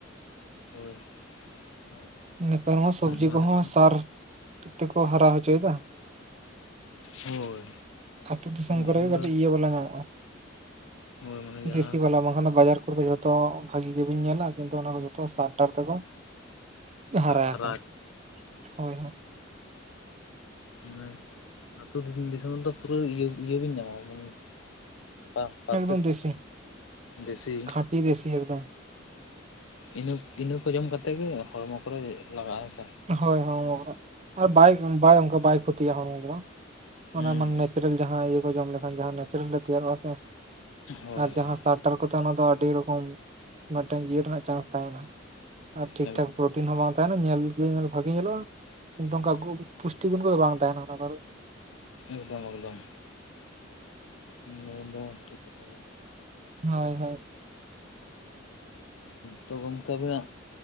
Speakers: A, on the left; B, on the right.
A: ᱦᱳᱭ ᱟᱨ
B: ᱱᱮᱛᱟᱨ ᱢᱟ ᱥᱚᱵᱡᱤ
A: ᱱᱚᱰᱮ
B: ᱠᱚᱦᱚᱸ ᱥᱟᱨ ᱛᱮᱠᱚ ᱦᱟᱨᱟ ᱦᱚᱪᱚᱭᱮᱫᱟ᱾
A: ᱦᱳᱭ
B: ᱟᱹᱛᱳ ᱫᱤᱥᱚᱢ ᱠᱚᱨᱮ
A: ᱤᱱᱟᱹ
B: ᱜᱮ ᱠᱟᱹᱴᱤᱡ
A: ᱫᱚ
B: ᱤᱭᱟᱹ ᱵᱟᱞᱟ ᱧᱟᱢᱚᱜᱼᱟ,
A: ᱦᱳᱭ ᱢᱟᱱᱮ ᱡᱟᱦᱟᱸ
B: ᱫᱮᱥᱤ ᱵᱟᱞᱟ ᱵᱟᱝᱠᱷᱟᱱ ᱫᱚ ᱵᱟᱡᱟᱨ ᱠᱚᱫᱚ ᱡᱷᱚᱛᱚ ᱵᱷᱟᱜᱤ ᱜᱮᱵᱤᱱ ᱧᱮᱞᱟ ᱠᱤᱱᱛᱩ ᱚᱱᱟ ᱠᱚ ᱡᱷᱚᱛᱚ ᱥᱟᱨᱴᱟᱨ ᱛᱮᱠᱚ, ᱦᱟᱨᱟᱭᱟᱠᱚ
A: ᱦᱟᱨᱟ
B: ᱦᱳᱭ ᱦᱳᱭ᱾
A: ᱢᱟᱱᱮ ᱟᱹᱛᱩ ᱫᱤ ᱫᱤᱥᱚᱢ ᱨᱮᱫᱚ ᱯᱩᱨᱟᱹ ᱤᱭᱟᱹ ᱤᱭᱟᱹ ᱵᱤᱱ ᱧᱟᱢᱟ ᱢᱟᱱᱮ, ᱯᱟ ᱯᱟᱨᱯᱷᱮᱠᱴ
B: ᱮᱠᱫᱚᱢ ᱫᱮᱥᱤ
A: ᱫᱮᱥᱤ,
B: ᱠᱷᱟᱹᱴᱤ ᱫᱮᱥᱤ ᱮᱠᱫᱚᱢ
A: ᱤᱱᱟᱹ ᱤᱱᱟᱹ ᱠᱚ ᱡᱚᱢ ᱠᱟᱛᱮ ᱜᱮ ᱦᱚᱲᱢᱚ ᱠᱚᱨᱮ ᱞᱟᱜᱟᱜᱼᱟ ᱦᱮᱸᱥᱮ᱾
B: ᱦᱳᱭ ᱦᱚᱲᱢᱚ ᱠᱚᱨᱮᱜ ᱵᱟᱭ ᱵᱟᱭ ᱚᱝᱠᱟ ᱵᱟᱭ ᱠᱷᱚᱛᱤᱭᱟ ᱦᱚᱲᱢᱚ ᱠᱚ ᱵᱟᱝ
A: ᱦᱩᱸ
B: ᱚᱱᱟ ᱢᱟ ᱱᱮᱪᱟ ᱡᱮᱞ ᱡᱟᱸᱦᱟ ᱤᱭᱟᱹ ᱠᱚ ᱡᱚᱢ ᱞᱮᱠᱷᱟᱡ ᱜᱮ ᱦᱟᱜ ᱱᱮᱪᱟᱨᱮᱞ ᱨᱮ ᱛᱮᱭᱟᱨᱚᱜᱼᱟ ᱥᱮ
A: ᱦᱳᱭ
B: ᱟᱨ
A: ᱦᱳᱭ
B: ᱡᱟᱦᱟᱸ ᱥᱟᱨ ᱱᱮᱛᱟᱨ ᱠᱚᱛᱮ ᱚᱱᱟ ᱫᱚ ᱟᱹᱰᱤ ᱨᱚᱠᱚᱢ ᱢᱤᱜᱴᱮᱱ ᱤᱭᱟᱹ ᱨᱮᱱᱟᱜ ᱪᱟᱱᱥ ᱛᱟᱦᱮᱱᱟ ᱟᱨ ᱴᱷᱤᱠ
A: ᱮᱠᱫᱚᱢ
B: ᱴᱷᱟᱠ ᱯᱨᱳᱴᱤᱱ ᱦᱚᱸ ᱵᱟᱝ ᱛᱟᱦᱮᱱᱟ ᱧᱮᱞ ᱜᱮ ᱧᱮᱞ ᱵᱷᱟᱜᱮ ᱧᱮᱞᱚᱜᱼᱟ ᱠᱤᱱᱛᱩ ᱚᱝᱠᱟ ᱠᱩ ᱯᱩᱥᱴᱤ ᱜᱩᱱ ᱠᱚᱫᱚ ᱵᱟᱝ ᱛᱟᱦᱮᱱᱟ ᱚᱱᱟ ᱠᱚᱨᱮ
A: ᱮᱠᱫᱚᱢ ᱮᱠᱫᱚᱢ ᱞᱟᱹᱭ ᱫᱚ ᱴᱷᱤᱠ ᱠᱟᱛᱷᱟ ᱜᱮ
B: ᱦᱳᱭ ᱦᱳᱭ
A: ᱛᱚ ᱜᱚᱢᱠᱮ ᱟᱵᱤᱱᱟᱜ